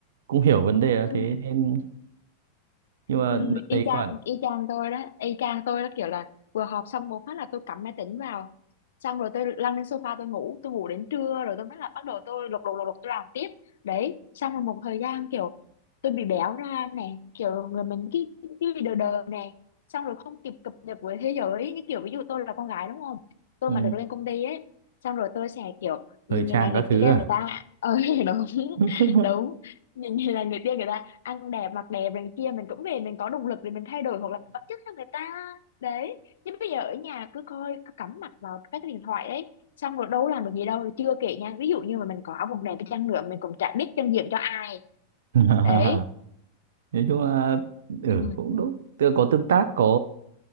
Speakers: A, on the right; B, on the left.
A: cũng hiểu vấn đề là
B: Ừ.
A: thế nên nhưng mà
B: Ừ,
A: đợt
B: y
A: đấy
B: chang
A: các bạn
B: y chang tôi đó y chang tôi đó kiểu là vừa họp xong một phát là tôi cắm máy tính vào xong rồi tôi lăn lên sofa tôi ngủ tôi ngủ đến trưa rồi tôi mới là bắt đầu tôi lục lục lục lục tôi làm tiếp đấy xong rồi một thời gian kiểu tôi bị béo ra này kiểu người mình cái cái bị đờ đờ này xong rồi không kịp cập nhật với thế giới như kiểu ví dụ tôi là con gái đúng không tôi
A: ừ,
B: mà được lên công ty ấy xong rồi tôi sẽ kiểu nhìn
A: thời trang
B: người này người
A: các thứ
B: kia
A: à
B: người ta ờ <laughs> đúng
A: <laughs>
B: đúng nhìn người này người kia người ta ăn đẹp mặc đẹp này kia mình cũng về mình có động lực để mình thay đổi hoặc là mình bắt chước theo người ta đấy chứ bây giờ ở nhà cứ coi cứ cắm mặt vào các cái điện thoại đấy xong rồi đâu làm được gì đâu rồi chưa kể nha ví dụ như mà mình có áo quần đẹp đi chăng nữa mình cũng chả biết chân diện cho ai
A: Ờ. <laughs>
B: đấy
A: nói chung là ừ
B: ừ
A: cũng đúng tức là có tương tác có